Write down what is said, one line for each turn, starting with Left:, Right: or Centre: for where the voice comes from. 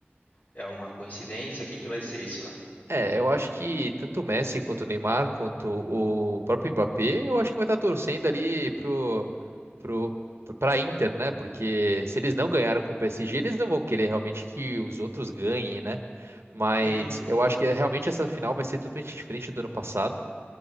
Left: é uma coincidência? O que que vai ser isso, né?
Right: É, eu acho que tanto o Messi quanto o Neymar, quanto o próprio Mbappé, eu acho que vai estar torcendo ali pro, pro, pra Inter, né? Porque se eles não ganharam com o PSG, eles não vão querer realmente que os outros ganhem, né? Mas
Left: Uhum.
Right: eu acho que realmente essa final vai ser totalmente diferente do ano passado.